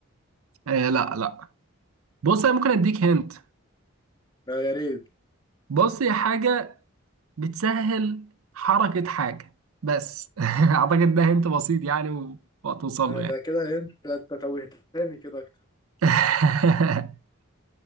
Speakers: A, on the right; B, on the left.
A: آه لا لا بص أنا ممكن أديك هنت
B: لا يا ريت
A: بص هي حاجة بتسهل حركة حاجة بس <laughs> أعتقد ده هنت بسيط يعني و- وهتوصل
B: ده,
A: له يعني
B: ده كده انت أنت توهتني كده اكتر
A: <laughs>